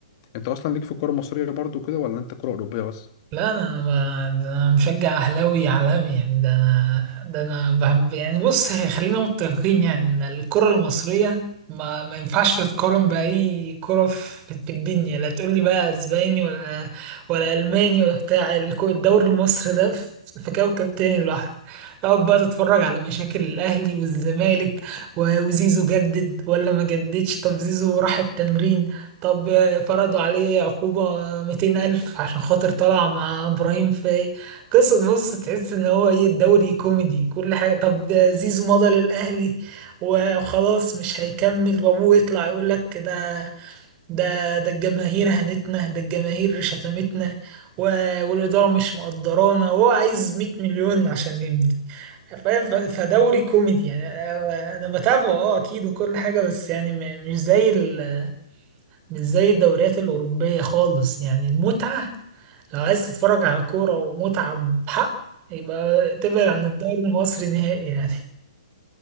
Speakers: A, on the left; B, on the right.
A: انت اصلا ليك في الكرة المصرية برضو كده ولا انت كرة اوروبية بس
B: لا انا ما ده انا مشجع اهلاوي عالمي يعني ده انا ده انا بحب يعني بص خلينا متفقين يعني ان الكرة المصرية ما ما ينفعش تتقارن بأي كرة في في الدنيا لا تقول لي بقى اسباني ولا ولا الماني ولا بتاع الكو- الدوري المصري ده في في كوكب تاني لوحده تقعد بقى تتفرج على مشاكل الاهلي والزمالك و- وزيزو جدد ولا ما جددش طب زيزو راح التمرين طب فرضوا عليه عقوبة 200 ألف عشان خاطر طلع مع إبراهيم فاي قصة بص تحس إن هو إيه الدوري كوميدي كل حاجة طب زيزو مضى للأهلي وخلاص مش هيكمل وأبوه يطلع يقول لك ده ده ده الجماهير هنتنا ده الجماهير شتمتنا و... والإدارة مش مقدرانا وهو عايز 100 مليون عشان يمضي فاهم ف- فدوري كوميدي يعني أنا أنا بتابعه أه أكيد وكل حاجة بس يعني م- مش زي ال مش زي الدوريات الأوروبية خالص يعني المتعة لو عايز تتفرج على كورة ومتعة بحق يبقى تبعد عن الدوري المصري نهائي يعني